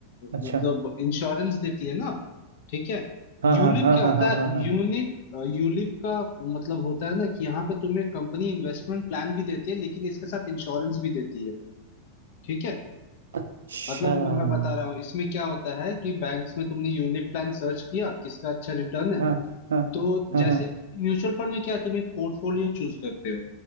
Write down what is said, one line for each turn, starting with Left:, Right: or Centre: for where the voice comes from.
Right: अच्छा
Left: मतलब इंश्योरेंस देती है ना ठीक है
Right: हाँ
Left: यूलिप
Right: हाँ हाँ
Left: क्या
Right: हाँ
Left: होता
Right: हाँ
Left: है
Right: हाँ
Left: यूनिक
Right: हाँ
Left: यूलिप का मतलब होता है ना कि यहाँ पे तुम्हें कंपनी इन्वेस्टमेंट प्लान भी देती है लेकिन इसके साथ इंश्योरेंस भी देती है ठीक है
Right: अच्छा
Left: मतलब मैं
Right: हाँ
Left: मैं बता रहा हूँ इसमें क्या होता है कि बैंक्स में तुमने यूलिप प्लान सर्च किया किसका अच्छा रिटर्न है
Right: हाँ हाँ
Left: तो
Right: हाँ
Left: जैसे कि म्यूचुअल फंड में क्या है तुम एक पोर्टफोलियो चूज करते हो